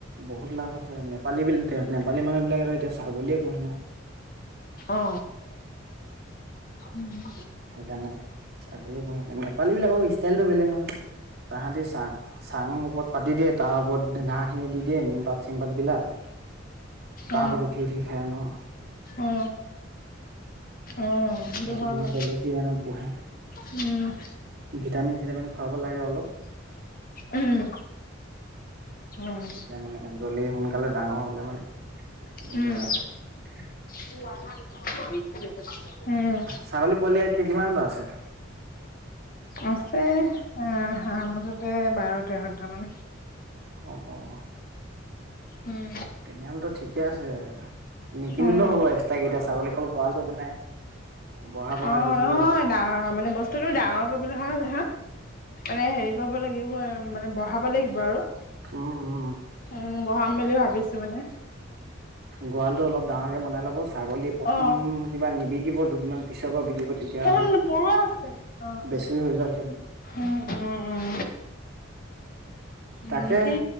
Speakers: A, on the right; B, on the left.
A: বহুত লাভ আছে নেপালী বিলাক নেপালী মানুহ বিলাক আৰু এতিয়া ছাগলীয়ে। পু ন
B: অ উম
A: সেইকাৰণে ছাগলী পুহি পি নেপালী বিলাকৰ ষ্টাইলতটো বেলেগ নহয় তাহাঁতি চাং চাংৰ ওপৰত পাতি দিয়ে। তাৰ ওপৰত ঘাঁহ খিনি দি দিয়ে নিমপাত চিম পাত বিলাক তাৰ
B: অ
A: ওপৰত উঠি উঠি। থে হেনো
B: অ অ
A: সেইটো
B: হয়
A: বহুত
B: বাৰু
A: বেলেগ ডিজাইনত পোহে।
B: উম।
A: ভিটামিন-চিটামিন খুৱাব লাগে অলপ।
B: উম উম
A: তেতিয়া মানে, জল্দি সোনকালে ডাঙৰ হ'লে মানে <unintelligible>
B: উম <unintelligible> উম
A: ছাগলী পোৱালী কি কিমান বাও আছে?
B: আছে এ, হাঁহ মুঠতে বাৰ-তেৰটামান
A: অ' অ'
B: উম
A: তেনেহ'লেতো। ঠিকে আছে। নিকিনিলেও
B: উম
A: হ'ব, এক্সট্ৰাকে এতিয়া, ছাগলী অকল গৰালটো বনাই বঢ়া বঢ়াই
B: অ'
A: গৈ থাকিলে
B: নহয়,
A: অলপ
B: ডাঙৰ মানে বস্তুটো ডাঙৰ কৰিবলে হ'লে, হা মানে হেৰি ৰ'ব লাগিব আ, মানে বঢ়াব লাগিব আৰু।
A: উম উম।
B: উম বহাম বুলি ভাবিছো মানে
A: গঁৰালটো অলপ ডাঙৰকে বনাই ল'ব ছাগলী প্ৰথম
B: অ
A: কিবা নিবি কিব দুদিনমান পিছৰ পৰা বিকিব। তেতিয়া,
B: সেইখন পৰুৱা আছে অ
A: বেছি
B: অ
A: হৈ যাব
B: উম উম উম। উম,
A: তাকে
B: থি